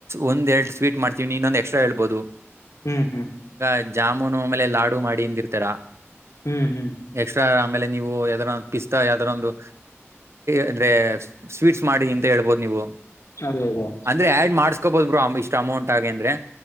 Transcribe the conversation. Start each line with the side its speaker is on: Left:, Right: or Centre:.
Right: ಒಂದ ಎರಡು ಸ್ವೀಟ್ ಮಾಡ್ತೀವಿ ಇನ್ನೊಂದ್ ಎಕ್ಸ್ಟ್ರಾ ಹೇಳ್ಬಹದು.
Left: ಹ್ಮ್ ಹ್ಮ್
Right: ಈಗ ಜಾಮೂನು ಆಮೇಲೆ ಲಾಡು ಮಾಡಿ ಅಂದಿರ್ತೀರ.
Left: ಹ್ಮ್ ಹ್ಮ್
Right: ಎಕ್ಸ್ಟ್ರಾ ಆಮೇಲೆ ನೀವು ಯಾವದಾರ ಒಂದು ಪಿಸ್ತಾ ಯಾವದಾರ ಒಂದು. ಅಂದ್ರೆ ಸ್ವೀಟ್ಸ್ ಮಾಡಿ ಅಂತ ಹೇಳ್ಬೋದು ನೀವು.
Left: ಅದೇ ಅದೇ
Right: ಅಂದ್ರೆ ಆಡ್ ಮಾಡಸ್ಕೋಬೋದು ಬ್ರೋ ಇಷ್ಟ ಅಮೌಂಟ್ ಅಗಿ ಅಂದ್ರೇ.